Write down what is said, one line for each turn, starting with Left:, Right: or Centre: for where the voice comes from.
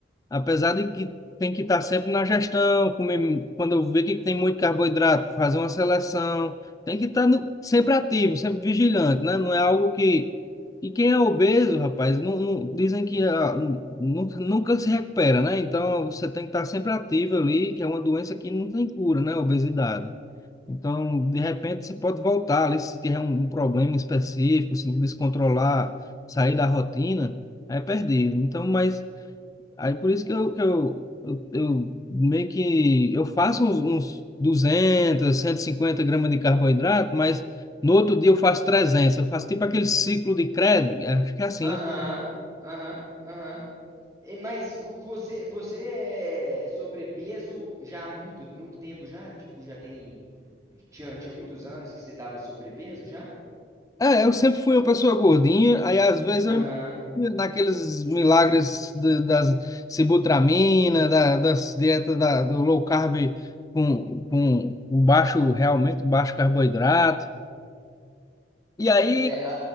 Left: apesar de que tem que estar sempre na gestão, comer, quando eu ver que tem muito carboidrato, fazer uma seleção, tem que estar no- sempre ativo, sempre vigilante, né? Não é algo que. E quem é obeso, rapaz, não, não- dizem que ah, nu- nunca se recupera, né? Então você tem que estar sempre ativo ali, que é uma doença que não tem cura, né? Obesidade. Então, de repente, você pode voltar ali se tiver um, um problema específico, se descontrolar, sair da rotina, é perdido. Então, mas aí por isso que eu, que eu, eu, eu meio que eu faço uns, uns duzentos, cento e cinquenta gramas de carboidrato, mas no outro dia eu faço trezentos Eu faço tipo aquele ciclo de crédito, acho que é assim,
Right: Aham, aham, aham. E, Mas o- você, você é sobrepeso já há muito, muito tempo já? Tipo, já tem, tinha, tinha muitos anos que você tava sobrepeso já?
Left: É, eu sempre fui uma pessoa gordinha, aí às vezes eu
Right: Aham.
Left: imagino naqueles milagres de- das sibutramina, da, das dietas da, do low carb com, com um baixo, realmente baixo carboidrato. E aí
Right: É, a-